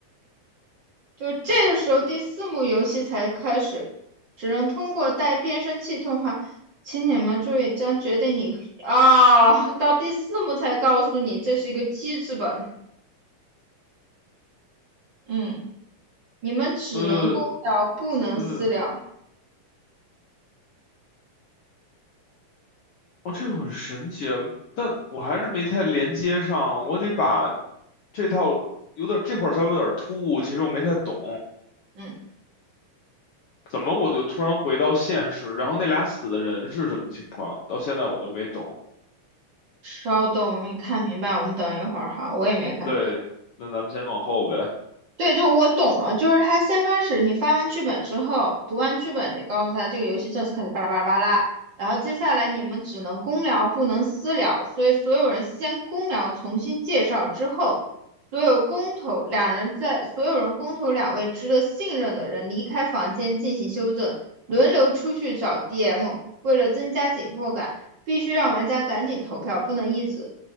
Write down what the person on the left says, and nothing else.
呃，
对。哦，这个很神奇啊，但我还是没太连接上，我得把这套有点这块儿稍微有点突兀，其实我没太懂，
怎么我就突然回到现实，然后那俩死的人是什么情况，到现在我都没懂。
对，那咱们先往后呗。